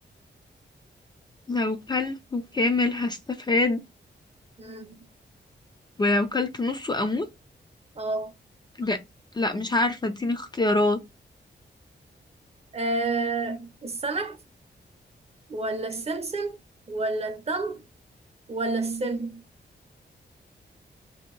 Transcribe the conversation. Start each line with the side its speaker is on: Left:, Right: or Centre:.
Left: لو كلته كامل هستفاد
Right: مم.
Left: ولو كلت نصه أموت
Right: اه
Left: لا لا مش عارفة اديني اختيارات
Right: آه، السمك ولا السمسم ولا التمر ولا السم